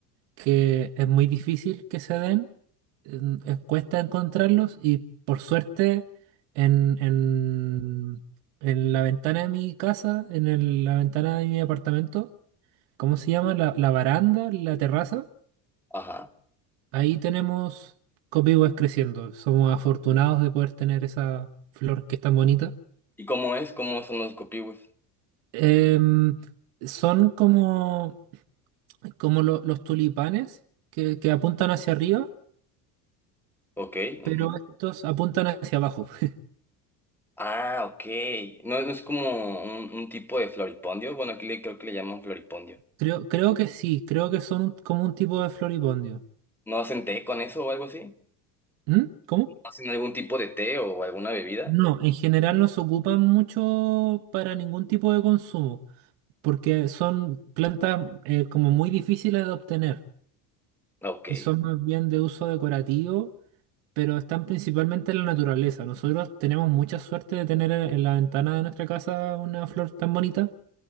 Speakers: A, on the right; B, in the centre.
A: que es muy difícil que se den, en- es- cuesta encontrarlos y por suerte en, en, en la ventana de mi casa, en el- la ventana de mi apartamento, ¿cómo se llama? La, la baranda, la terraza.
B: Ajá.
A: Ahí tenemos copihue creciendo. Somos afortunados de poder tener esa flor que es tan bonita.
B: ¿Y cómo es? ¿Cómo son los copihues?
A: Em, son como, como lo- los tulipanes que, que apuntan hacia arriba,
B: Ok.
A: pero
B: ujú.
A: estos apuntan hacia abajo. <laughs>
B: Ah, ok. No, no es como un, un tipo de floripondio. Bueno, aquí le, creo que le llaman floripondio.
A: Creo, creo que sí, creo que son un- como un tipo de floripondio.
B: ¿No hacen té con eso o algo así?
A: ¿Mm? ¿Cómo?
B: ¿Hacen algún tipo de té o alguna bebida?
A: No, en general no se ocupan mucho para ningún tipo de consumo. porque son plantas eh, como muy difíciles de obtener
B: Ok.
A: y son más bien de uso decorativo, pero están principalmente en la naturaleza. Nosotros tenemos mucha suerte de tener en en la ventana de nuestra casa una flor tan bonita,